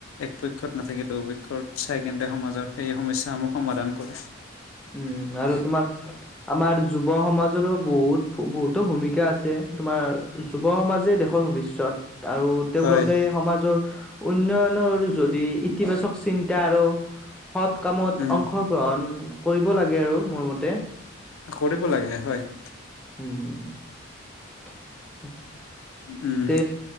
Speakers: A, on the left; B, in the centre.
A: এক পক্ষত নাথাকে দুয়োপক্ষত চাই তেন্তে সমাজৰ সেই সমস্যা আমা সমাধান কৰে।
B: উম আৰু তোমাৰ আমাৰ যুৱ সমাজৰো বহুত বহুতো ভূমিকা আছে তোমাৰ যুৱ সমাজে দেশৰ ভৱিষ্যত। আৰু তেওঁলোকে
A: হয়
B: সমাজৰ উন্নয়নৰ যদি ইতিবাচক চিন্তা আৰু সৎ কামত
A: উম
B: অংশগ্ৰহণ কৰিব লাগে আৰু মোৰ মতে।
A: কৰিব লাগে হয়।
B: উম, হম, হম। <inaudible>
A: উম
B: তে